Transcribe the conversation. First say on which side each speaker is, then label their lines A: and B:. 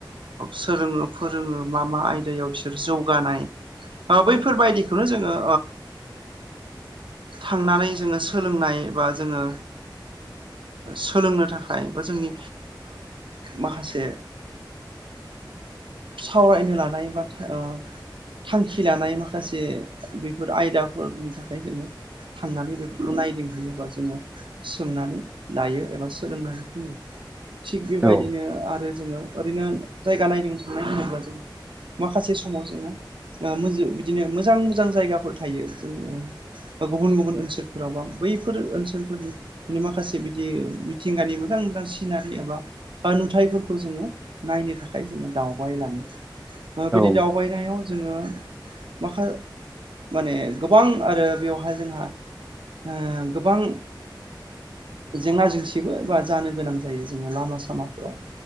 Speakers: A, on the right; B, on the right.
A: सोलोङो फोरोङो मा मा आयदायाव बिसोर जौगानाय बैफोरबायदिखौनो जोङो थांनानै जोङो सोलोंनाय बा जोङो सोलोंनो थाखाय बा जोंनि माखासे
B: <inaudible>
A: सावरायनो लानाय बा ओ थांखि लानाय माखासे बेफोर आयदाफोरनि थाखाय जोङो थांनानै बेफोरखौ नायदिंहोयोबा जोङो सोंनानै लायो एबा सोलोंनानै फैयो थिग बेबायदिनो
B: औ
A: आरो जोङो ओरैनो जायगा नायदिंनो थांनाय होनोब्ला जोङो माखासे समाव जोङोो बिदिनो मोजां मोजां जायगाफोर थायो जोङो ब गुबुन गुबुन ओनसोलफोराव बा बैफोर ओनसोल ओनसोलफोरनि माने माखासे बिदि मिथिंगानि मोजां मोजां सिनारि एबा नुथायाइफोरखौ जोङो नायनो थाखाय जोङो दावबायलाङो
B: औ
A: बिदि दावबायनायाव जोङो माखा माने गोबां आरो बेवहाय जोंहा ओ गोबां जेंना जेंसिबो बा जानो गोनां जायो जोङो लामा सामाफोराव